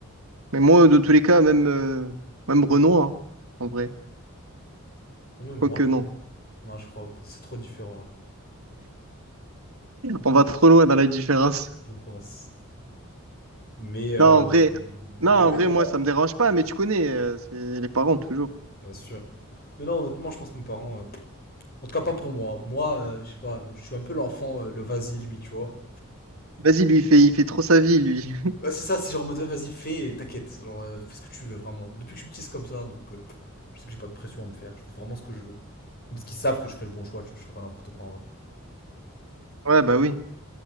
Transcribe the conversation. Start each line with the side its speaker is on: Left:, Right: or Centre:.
Right: Mais moi, de tous les cas, même, euh, même Renault, hein, en vrai.
Left: Même
Right: Quoique
Left: moi, je-
Right: non,
Left: non, je crois, pas- c'est trop différent, là,
Right: on va trop loin dans la différence.
Left: je pense. Mais, euh,
Right: Non, en vrai, non,
Left: mais ouais,
Right: en vrai,
Left: voilà,
Right: moi, ça
Left: hein.
Right: me dérange pas, mais tu connais, euh, c'est les parents, toujours.
Left: bien sûr. Mais non, honnêtement, je pense que mes parents, euh, en tout cas, pas pour moi. Moi, euh, je sais pas, je suis un peu l'enfant, euh, le vas-y, lui, tu vois.
Right: Vas-y, lui, il fait, il fait trop sa vie, lui. <laughs>
Left: Ouais, c'est ça, c'est genre, en mode, ouais, vas-y, fais, et t'inquiète, genre, euh, fais ce que tu veux, vraiment. Depuis que je suis petit, c'est comme ça, donc, euh, pff, je sais que j'ai pas de pression à me faire, je fais vraiment ce que je veux. Même Parce qu'ils savent que je ferai le bon choix, tu vois, je ferai pas n'importe quoi, en vrai.
Right: Ouais, bah oui,